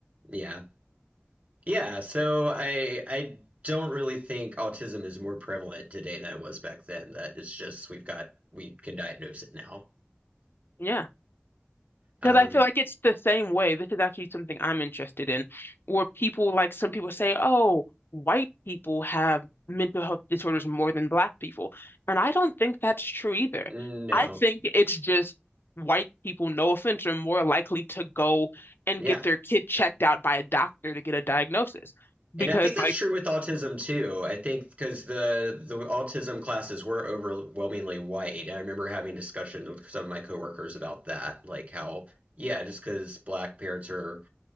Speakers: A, on the right; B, on the left.
A: yeah, yeah. So I I don't really think autism is more prevalent today than it was back then. That it's just we've got we can diagnose it now.
B: Yeah. Because
A: Um,
B: I feel like it's the same way. This is actually something I'm interested in, where people like some people say, oh, white people have mental health disorders more than black people. And I don't think that's true either.
A: no,
B: I think it's just white people, no offense, are more likely to go and
A: yeah.
B: get their kid checked out by a doctor to get a diagnosis. Because,
A: And I think that's
B: like,
A: true with autism too. I think because the the autism classes were overwhelmingly white. And I remember having discussions with some of my coworkers about that, like how yeah, just because black parents are